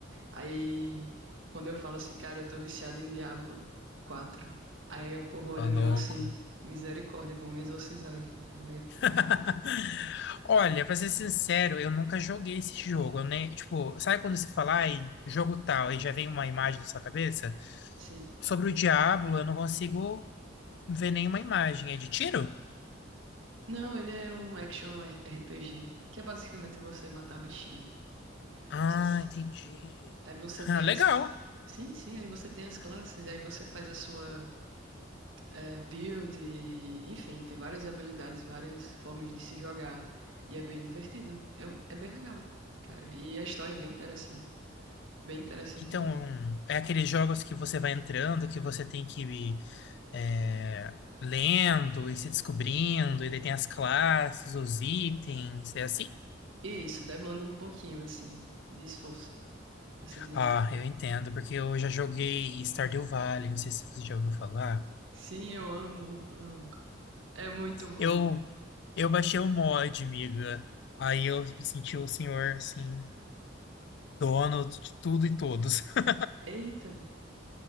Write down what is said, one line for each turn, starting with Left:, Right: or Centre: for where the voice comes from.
Right: Aí, quando eu falo assim, cara, eu tô viciado em Diablo quatro. Aí o povo olha
Left: Ô, louco.
Right: meio assim, misericórdia, vou me exorcizar aqui, tá ligado?
Left: <laughs> Olha, pra ser sincero, eu nunca joguei esse jogo, né? Tipo, sabe quando se fala, ai, jogo tal, e já vem uma imagem na sua cabeça?
Right: Sim.
Left: Sobre o Diablo, eu não consigo ver nenhuma imagem. É de tiro?
Right: Não, ele é um action RPG, que é basicamente você matar bichinho.
Left: Ah,
Right: Você s-
Left: entendi.
Right: aí você tem
Left: Ah, legal.
Right: as. Sim, sim, aí você tem as classes, aí você faz a sua eh, build, e, enfim, tem várias habilidades, várias formas de se jogar. E é bem divertido. É, um- é bem legal, cara. E a história é bem interessante. Bem interessante
Left: Então,
Right: mesmo.
Left: é aqueles jogos que você vai entrando, que você tem que ir é, lendo e se descobrindo, e daí tem as classes, os itens, é assim?
Right: E isso demanda um pouquinho, assim, de esforço. Assim, de...
Left: Ah, eu entendo, porque eu já joguei Stardew Valley, não sei se você já ouviu falar.
Right: Sim, eu amo, amo. É muito bom.
Left: Eu, eu baixei o mod, amiga. Aí eu me senti o senhor, assim, dono de tudo e todos. <laughs>
Right: Eita,